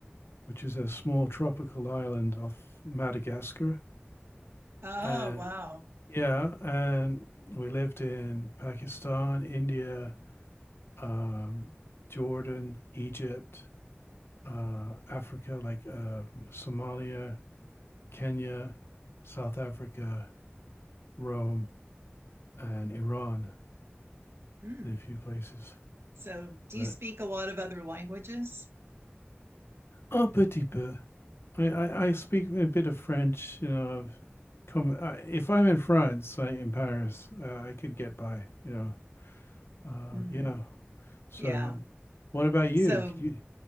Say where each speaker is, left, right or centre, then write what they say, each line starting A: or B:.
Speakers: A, on the left; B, on the right.
A: which is a small tropical island off Madagascar.
B: Oh,
A: and
B: wow.
A: Yeah, and we lived in Pakistan, India, um, Jordan, Egypt, uh, Africa, like uh, Somalia, Kenya, South Africa, Rome, and Iran.
B: Hmm.
A: Did a few places,
B: So, do
A: but
B: you speak a lot of other languages?
A: un petit peu. I, I, I speak a bit of French. You know, I've come I, if I'm in France, I, in Paris, uh, I could get by. You know, uh,
B: hmm
A: yeah. So,
B: Yeah.
A: what about you?
B: So,
A: Could you?